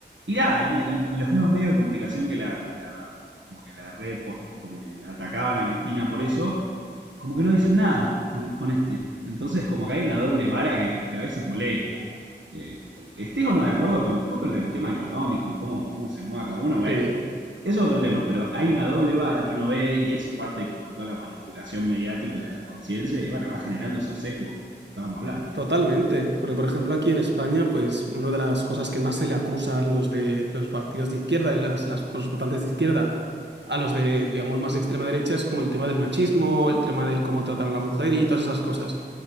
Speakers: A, on the right; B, on the right.
A: y nada, y, y, y los mismos medios de comunicación que la, que la como que la repost, como que la atacaban a Cristina por eso, como que no dicen nada con, con este. Entonces, como que hay una doble vara que, que a veces molesta. Eh, eh, estés o no de acuerdo con después con el tema económico y cómo, cómo se mueve cada uno, bueno,
B: Sí.
A: es otro tema, pero hay una doble vara que uno ve y eso es parte de como toda la manipulación mediática de las conciencias y bueno, va generando esos sesgos de que estábamos hablando.
B: Totalmente, porque por ejemplo aquí en España, pues una de las cosas que más se le acusan los de los partidos de izquierda y las, las los votantes de izquierda a los de, digamos, más extrema derecha es como el tema del machismo, el tema del cómo tratan a la mujer y todas esas cosas.